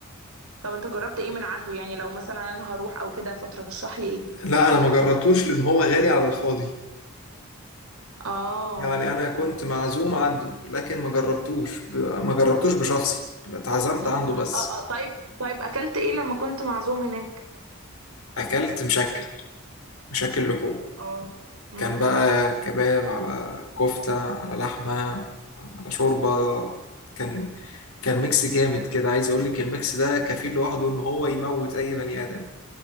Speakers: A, on the right; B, on the left.
A: طب انت جربت ايه من عنده يعني لو مثلا انا هروح او كده فترشح لي ايه
B: لا أنا ما جربتوش لأن هو غالي على الفاضي
A: اه
B: يعني أنا كنت معزوم عنده لكن ما جربتوش ب... ما جربتوش بشخصي لا، اتعزمت عنده بس
A: اه اه طيب طيب اكلت ايه لما كنت معزوم هناك
B: أكلت مشكل مشكل لحوم
A: اه امم
B: كان بقى كباب على كفتة على لحمة على شوربة كان كان ميكس جامد كده عايز اقول لك الميكس ده كفيل لوحده ان هو يموت اي بني ادم